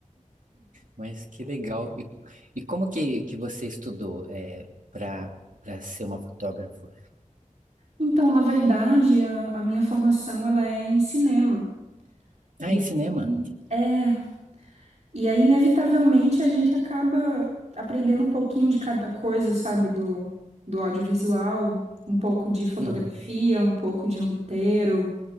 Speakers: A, on the right; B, on the right.
A: mas que legal. E, e como que, que você estudou é, para para ser uma fotógrafa?
B: Então, na verdade, a, a minha formação ela é em cinema.
A: Ah,
B: E
A: em
B: aí,
A: cinema? Que-
B: é. E aí, inevitavelmente, a gente acaba aprendendo um pouquinho de cada coisa, sabe? Do, do audiovisual, um pouco de fotografia,
A: Uhum.
B: um pouco de roteiro,